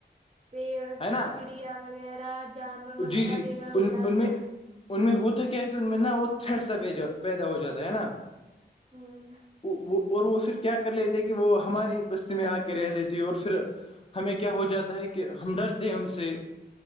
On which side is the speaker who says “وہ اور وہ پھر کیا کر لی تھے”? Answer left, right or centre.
Left